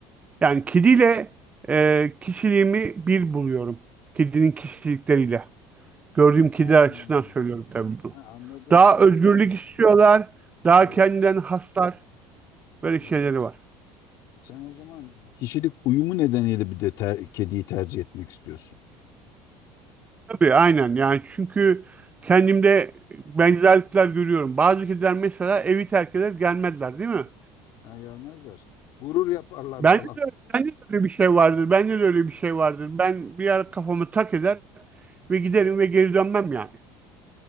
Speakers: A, on the right; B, on the left.
A: Yani kediyle e, kişiliğimi bir buluyorum. Kedinin kişilikleriyle. Gördüğüm kediler
B: Hmm.
A: açısından söylüyorum tabii bunu.
B: Ha, anladım.
A: Daha
B: Sen
A: özgürlük istiyorlar. Daha
B: evet,
A: kendilerini haslar. Böyle şeyleri
B: evet.
A: var.
B: Sen o zaman kişilik uyumu nedeniyle bir de ter- kediyi tercih etmek istiyorsun.
A: Tabii aynen yani çünkü kendimde benzerlikler görüyorum. Bazı kediler mesela evi terk eder gelmezler değil mi?
B: Ha gelmezler. Gurur yaparlar
A: Bence
B: falan.
A: de, bence de öyle bir şey vardır. Bence de öyle bir şey vardır. Ben bir ara kafamı tak eder ve giderim ve geri dönmem yani.